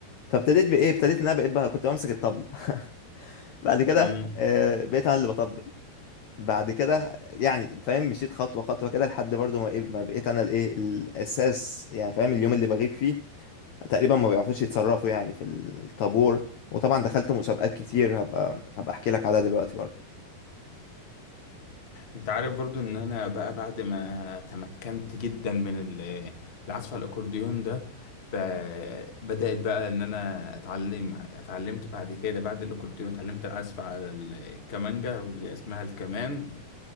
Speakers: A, on the left; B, on the left.
A: فابتديت بايه ابتديت ان انا بقيت بقى كنت بمسك الطبله <laughs> بعد كده
B: امم
A: آه، بقيت انا اللي بطبل بعد كده يعني فاهم مشيت خطوه خطوه كده لحد برضو ما إيه، ما بقيت انا الايه الاساس يعني فاهم اليوم اللي بغيب فيه تقريبا ما بيعرفوش يتصرفوا يعني في الطابور وطبعا دخلت مسابقات كتير هبقى هبقى احكي لك عليها دلوقتي برضه
B: انت عارف برضو ان انا بقى بعد ما تمكنت جدا من ال- العزف على الاكورديون ده ب- بدأت بقى ان انا اتعلم اتعلمت بعد كده بعد الاكورديون اتعلمت العزف على ال- الكمانجا واللي اسمها الكمان